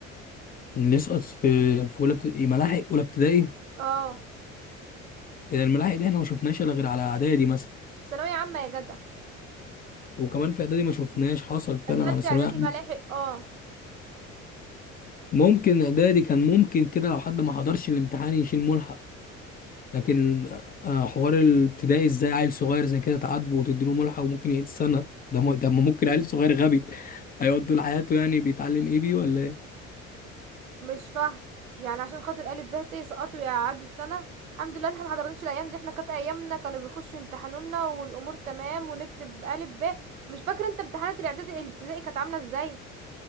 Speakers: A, on the left; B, on the right.
A: اللي يسقط في في اولى ابتدائي ملاحق اولى ابتدائي
B: اه
A: الملاحق دي احنا ما شفناش الا غير على اعدادي مثلا
B: في ثانويه عامه يا جدع
A: وكمان في اعدادي ما شفناش حصل فعلا
B: التالتة
A: على ثانويه
B: اعدادي
A: عامة.
B: ملاحق اه
A: ممكن اعدادي كان ممكن كده لو حد ما حضرش الامتحان يشيل ملحق لكن آه، حوار الابتدائي ازاي عيل صغير زي كده تعاتبه وتديله ملحق وممكن يعيد سنة ده م... ده ما ممكن عيل صغير غبي <laughs> هيقعد طول حياته يعني بيتعلم ايه بيه ولا ايه
B: مش فاهم يعني عشان خاطر الف ب ت سقطوا يقعدوا السنه الحمد لله احنا ما حضرناش الايام دي احنا كانت ايامنا كانوا بيخشوا يمتحنونا والامور تمام ونكتب الف ب مش فاكر انت امتحانات الاعدادي الابتدائي كانت عامله ازاي